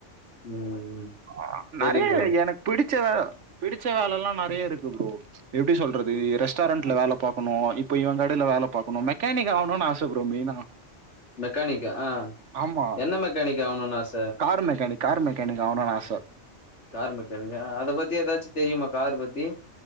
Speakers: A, on the left; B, on the right.
A: ம்
B: அ
A: சரி
B: நெறைய
A: ப்ரோ
B: இருக் எனக்கு பிடிச்ச வேல பிடிச்ச வேலல்லா நெறைய இருக்கு ப்ரோ எப்டி சொல்றது ரெஸ்டாரெண்ட்ல வேல பாக்கணு இப்ப இவ கடையில வேல பாக்கணு மெக்கானிக் ஆவணுன் ஆச ப்ரோ மெய்னா
A: மெக்கானிக்கா ஆ
B: ஆமா.
A: என்ன மெக்கானிக் ஆவணுனு ஆச
B: கார் மெக்கானிக் கார் மெக்கானிக் ஆவணுனு ஆச
A: கார் மெக்கானிக்கா அத பத்தி ஏதாச்சு தெரியுமா கார் பத்தி